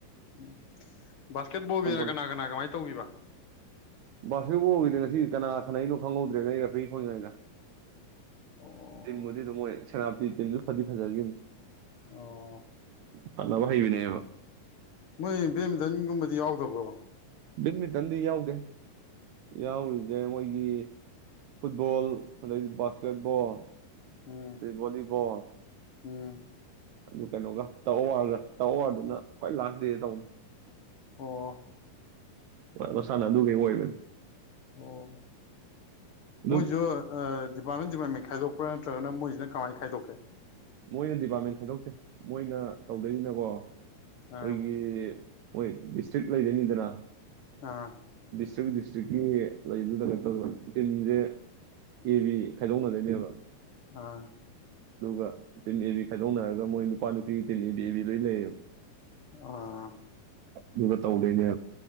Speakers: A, on the left; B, on the right.
A: ꯎꯝ ꯕꯥꯁꯀꯦꯠꯕꯣꯜꯒꯤꯅ
B: ꯕꯣꯂꯤ
A: ꯀꯅꯥ ꯀꯅꯥ ꯀꯃꯥꯏꯅ ꯇꯧꯕꯕ
B: ꯁꯕꯨꯗꯅ ꯉꯁꯤ ꯀꯩꯅꯅꯥꯁꯅꯥ ꯂ ꯐꯪꯍꯧꯗ꯭ꯔꯦ ꯅ ꯔꯐ ꯐꯪꯉꯉꯩꯗ
A: ꯑꯣ
B: ꯇꯤꯝꯕꯨꯗꯤ ꯑꯗꯨꯝ ꯃꯣꯏ ꯁꯦꯅꯥꯇꯤ ꯇꯤꯝꯁꯨ ꯐꯗꯤ ꯐꯖꯒꯦ
A: ꯑꯣ
B: ꯄꯂꯕꯥꯏꯕꯤꯅꯦ
A: ꯃꯣꯏ ꯕꯦꯠꯃꯤꯟꯇꯟꯒꯨꯝꯕꯗꯤ ꯌꯥꯎꯗꯕ꯭ꯔꯣ
B: ꯕꯦꯠꯃꯤꯟꯇꯟꯗꯤ ꯌꯥꯎꯗꯦ ꯌꯥꯎꯔꯤꯁꯦ ꯃꯣꯏꯒꯤ ꯐꯨꯠꯕꯣꯜ ꯑꯗꯩꯕꯥ ꯐꯦꯠꯕꯜ
A: ꯎꯝ
B: ꯑꯩꯕꯣꯕꯣ
A: ꯎꯝ
B: ꯑꯗꯨ ꯀꯩꯅꯣꯒ ꯇꯛꯑꯣ ꯋꯥꯒ ꯇꯧꯑꯣ ꯑꯗꯨꯅ ꯍ꯭ꯣꯏ ꯂꯥꯁ ꯗꯦꯗ ꯇꯧ
A: ꯑꯣ
B: ꯃꯁꯥꯂ ꯑꯗꯨꯗꯨ ꯀꯩ ꯑꯣꯏꯣꯏꯕ
A: ꯑꯣ
B: ꯑꯗꯨ
A: ꯃꯁꯨꯄꯥꯄꯥꯃꯦ ꯈꯥꯏꯗꯣꯛꯄ꯭ꯔꯥ ꯅꯠꯇ꯭ꯔꯒꯅ ꯃꯣꯏꯁꯤꯅ ꯀꯃꯥꯏꯅ ꯈꯥꯏꯗꯣꯛꯀꯦ
B: ꯃꯣꯏꯅ ꯗꯤꯄꯥꯔꯠꯃꯦꯟ ꯈꯟꯗꯣꯛꯇꯦ ꯃꯣꯏꯅ ꯇꯧꯗꯣꯏꯅꯤꯅꯀꯣ
A: ꯑꯥ
B: ꯑꯩꯈꯣꯏꯒꯤ ꯃꯣꯏ ꯗꯤꯁꯇ꯭ꯔꯤꯛ ꯂꯩꯖꯅꯤꯗꯅ
A: ꯑꯥ
B: ꯗꯤꯁꯇ꯭ꯔꯤꯛ ꯗꯤꯁꯇ꯭ꯔꯤꯛꯀꯤ ꯂꯩꯗꯨꯗ ꯀ ꯇꯧꯕ ꯇꯤꯝꯁꯦ ꯑꯦ ꯕꯤ ꯈꯥꯏꯗꯣꯛꯅꯗꯣꯏꯅꯦꯕ
A: ꯑꯥ
B: ꯑꯗꯨꯒꯒ ꯇꯤꯟ ꯑꯦꯕꯤ ꯈꯥꯏꯗꯣꯛꯅꯔꯒ ꯃꯣꯏ ꯅꯨꯄꯥ ꯅꯨꯄꯤꯒꯤ ꯇꯤꯟ ꯑꯦ ꯕꯤ ꯑꯦꯕꯤ ꯂꯣꯏ ꯂꯩꯌꯦꯕ
A: ꯑꯥ
B: ꯑꯗꯨꯒ ꯇꯧꯗꯣꯏꯅꯦ